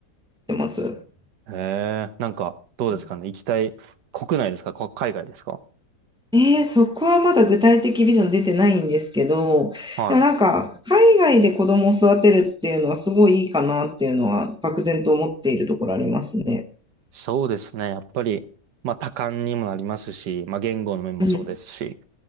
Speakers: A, in the centre; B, on the right.
A: てます。う
B: へえ、なんか、どうですかね。
A: ん
B: 行きたい、国内ですかこ海外ですか
A: えー、そこはまだ具体的ビジョン出てないんですけど、
B: はい。
A: でもなんか、海外で子供を育てるっていうのはすごいいいかなっていうのは、漠然と思っているところありますね。
B: そうですね。やっぱり、まあ、多感にもなりますし、まあ、言語の面もそうですし、
A: うん、